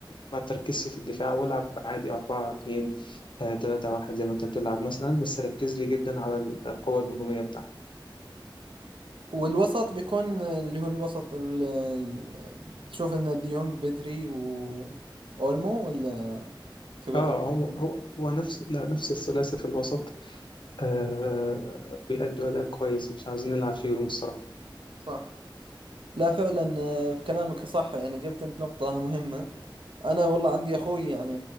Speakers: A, on the left; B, on the right.
A: ما تركزش في الدفاع والعب عادي 4 2 3 1 زي ما أنت بتلعب مثلا بس ركز لي جدا على القوة الهجومية بتاعتك
B: والوسط بيكون اللي هو الوسط ال... ال- بتشوف ان ديونج بدري و اولمو ولا تبي
A: اه
B: تغير
A: هو هو هو نفس لا نفس الثلاثي في الوسط آه بيأدوا أداء كويس مش عاوزين نلعب فيهم الصراحة
B: صح لا فعلا آه، في كلامك صح يعني جبت انت نقطة مهمة انا والله عندي اخوي يعني